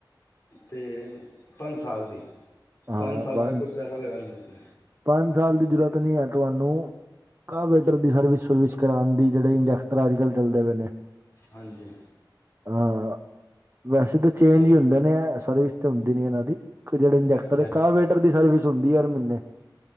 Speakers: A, on the left; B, on the right.
A: ਤੇ, ਪੰਜ ਸਾਲ ਦੀ
B: ਹਾਂ,
A: ਸਾਲ
B: ਪੰਜ,
A: ਤੱਕ ਕੋਈ ਪੈਸਾ ਲਗਾਉਣ ਨਹੀਂ
B: ਪੰਜ ਸਾਲ ਦੀ
A: ਅਤੇ
B: ਜਰੂਰਤ ਨਹੀਂ ਹੈ ਤੁਹਾ ਨੌ, ਕਾਵੇਟਰ ਦੀ ਸਰਵਿਸ ਸੁਰਵਿਸ ਕਰਾਣ ਦੀ, ਜਿਹੜੇ ਇੰਜੈਕਟਰ ਅੱਜ ਕੱਲ ਚੱਲਦੇ ਬੇ ਨੇ।
A: ਹਾਂਜੀ।
B: ਹਾਂ, ਵੈਸੇ ਤੇ ਚੇਂਜ
A: ਉਹ
B: ਈ ਹੁੰਦੇ ਨੇ ਐ, ਸਰਵਿਸ ਤੇ ਹੁੰਦੀ ਨਹੀਂ ਇਹਨਾਂ ਕਿ ਜਿਹੜੇ ਇੰਜੈਕਟਰ
A: ਅੱਛਾ
B: ਏ,
A: ਜੀ
B: ਕਾਵੇਟਰ ਦੀ ਸਰਵਿਸ ਹੁੰਦੀ ਹਰ ਮਹੀਨੇ।